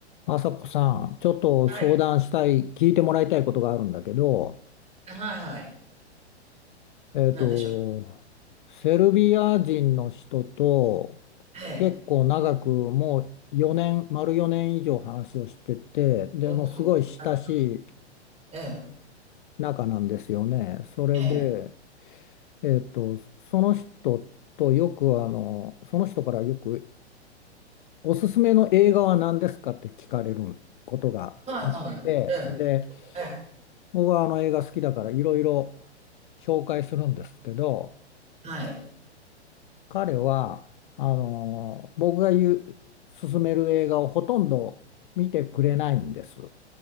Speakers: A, on the left (about 50°); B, on the right (about 20°).
A: あさこさん、ちょっと相談したい、
B: はい。
A: 聞いてもらいたいことがあるんだけど、
B: はいはい。
A: えっと、
B: なんでしょう。
A: セルビア人の人と
B: ええ。
A: 結構長くもう4年、丸4年以上話をしてて、でもうすごい親しい
B: おお、あの、ええ、
A: 仲なんですよね。それで、
B: ええ。
A: えっと、その人とよくあの、その人からよくおすすめの映画は何ですかって聞かれることがあって、
B: はいはい。ええ、
A: で、
B: ええ、
A: 僕はあの映画好きだからいろいろ紹介するんですけど、
B: はい。
A: 彼は、あの、僕が言う、勧める映画をほとんど見てくれないんです。